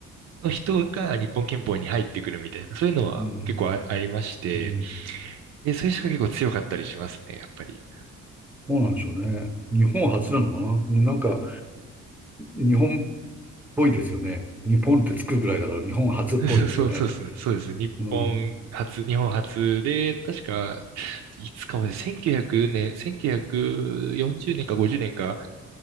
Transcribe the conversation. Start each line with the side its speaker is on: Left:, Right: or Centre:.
Right: の人が日本拳法に入ってくるみたいな、そういうのは結構あ、
Centre: うん、
Right: ありまして、
Centre: うん。
Right: で、そういう人が結構強かったりしますね、やっぱり。
Centre: そうなんでしょうね。日本初なのかな。なんか、日本っぽいですよね。日本ってつくぐらいだから、日本初っぽいですよね。
Right: <laughs> そうそうそうですね。そうですね。日本初、
Centre: うん
Right: 日本初で、確か、いつかまで1900年、1940年か50年か